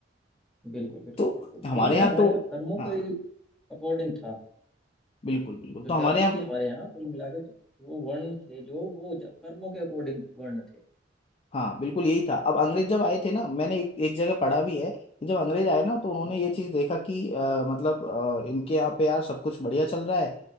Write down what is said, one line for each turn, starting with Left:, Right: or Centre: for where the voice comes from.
Centre: बिल्कुल बिल्कुल
Left: तो
Centre: बिल्कुल
Left: हमारे
Centre: वही है
Left: यहाँ
Centre: हमारे
Left: तो
Centre: यहाँ कर्मों
Left: हाँ
Centre: के अकॉर्डिंग था
Left: बिल्कुल बिल्कुल
Centre: जो
Left: तो हमारे
Centre: जाति
Left: यहाँ
Centre: थी हमारे यहाँ कुल मिलाकर जो वो वर्ण थे जो वो जा- कर्मों के अकॉर्डिंग वर्ण थे
Left: हाँ बिल्कुल यही था अब अंग्रेज जब आए थे ना मैंने एक, एक जगह पढ़ा भी है कि जब अंग्रेज आए ना तो उन्होंने
Centre: अच्छा
Left: ये चीज देखा कि अ, मतलब अ, इनके यहाँ पे यार सब कुछ बढ़िया चल रहा है